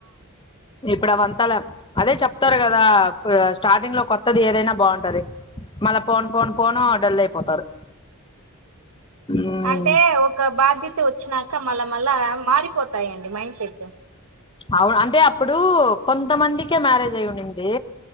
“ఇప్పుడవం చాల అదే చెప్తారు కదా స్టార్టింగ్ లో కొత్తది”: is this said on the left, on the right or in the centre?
Left